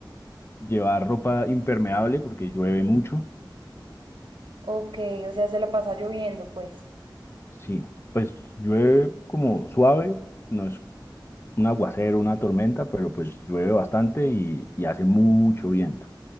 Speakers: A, on the left; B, on the right.
A: llevar ropa impermeable porque llueve mucho.
B: Ok, o sea, se la pasa lloviendo, pues.
A: Sí, pues llueve como suave, no es un aguacero, una tormenta, pero pues llueve bastante y, y hace mucho viento.